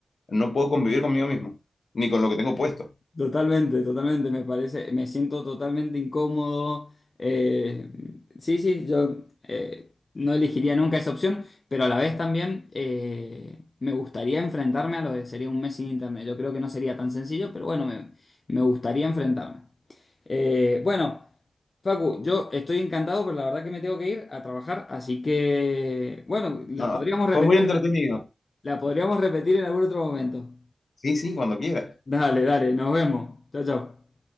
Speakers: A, on the left; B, on the left.
A: no puedo convivir conmigo mismo, ni con lo que tengo puesto.
B: Totalmente, totalmente, me parece, me siento totalmente incómodo. eh, sí, sí, yo eh, no elegiría nunca esa opción, pero a la vez también eh, me gustaría enfrentarme a lo de sería un mes sin internet. Yo creo que no sería tan sencillo, pero bueno, me, me gustaría enfrentarme. Eh, bueno, Facu, yo estoy encantado, pero la verdad que me tengo que ir a trabajar, así que, bueno, la
A: No,
B: podríamos repetir,
A: fue muy entretenido.
B: la podríamos repetir en algún otro momento.
A: Sí, sí, cuando quiera.
B: Dale, dale, nos vemos. Chao, chao.